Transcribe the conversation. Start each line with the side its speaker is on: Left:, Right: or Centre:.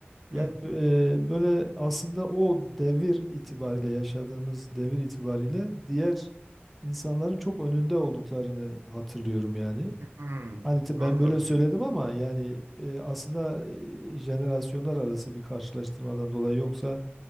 Right: Hı.
Centre: Yani e, böyle aslında o devir itibariyle yaşadığımız devir itibariyle diğer insanların çok önünde olduklarını hatırlıyorum yani.
Right: Hmm,
Centre: Hani te-
Right: anladım.
Centre: ben böyle söyledim ama yani e, aslında e, jenerasyonlar arası bir karşılaştırmadan dolayı yoksa